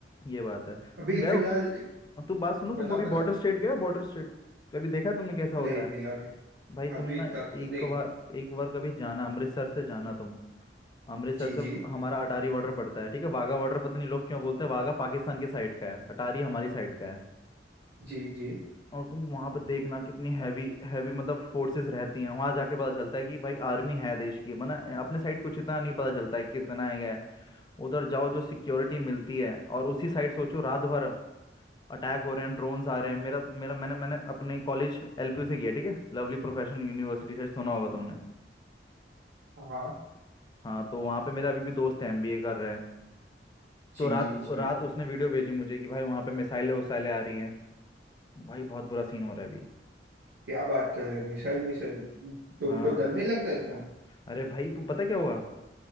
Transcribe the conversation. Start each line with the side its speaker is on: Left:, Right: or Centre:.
Left: ये बात है तुम
Right: अभी
Left: गए
Right: फिलहाल
Left: हो तुम बात सुनो तुम
Right: बताओ
Left: कभी
Right: बताओ
Left: बॉर्डर स्टेट गए हो बॉर्डर स्टेट कभी देखा है तुमने कैसा
Right: नहीं
Left: होता
Right: नहीं
Left: है
Right: अभी
Left: भाई तुम
Right: अभी
Left: ना
Right: तक
Left: एक
Right: नहीं
Left: बार एक बार कभी जाना अमृतसर से जाना तुम अमृतसर
Right: जी
Left: से
Right: जी
Left: हमारा अटारी बॉर्डर पड़ता है ठीक है वाघा बॉर्डर पता नहीं लोग क्यों बोलते हैं वाघा पाकिस्तान के साइड का है अटारी हमारी साइड का है
Right: जी जी
Left: और तुम वहां पर देखना कितनी हैवी हैवी मतलब फोर्सेस रहती हैं वहां जाके पता चलता है कि भाई आर्मी है देश की वरना अपने साइड कुछ इतना नहीं पता चलता है कितना है क्या है उधर जाओ जो सिक्योरिटी मिलती है और उसी साइड सोचो रात भर अटैक हो रहे हैं ड्रोन्स आ रहे हैं मेरा मेरा मैंने मैंने अपने कॉलेज एलपीयू से किया ठीक है लवली प्रोफेशनल यूनिवर्सिटी से सुना होगा तुमने
Right: हाँ
Left: हाँ तो वहाँ पे मेरा अभी भी दोस्त है एमबीए कर रहे हैं
Right: जी
Left: तो रात
Right: जी जी
Left: रात उसने वीडियो भेजी मुझे कि भाई वहाँ पे मिसाइलें वसाइलें आ रही हैं भाई बहुत बुरा सीन हो रहा है अभी
Right: क्या बात कर रहे हैं मिसाइल मिसाइल तो
Left: हाँ
Right: उनको डर नहीं लगता इतना
Left: अरे भाई तू पता क्या हुआ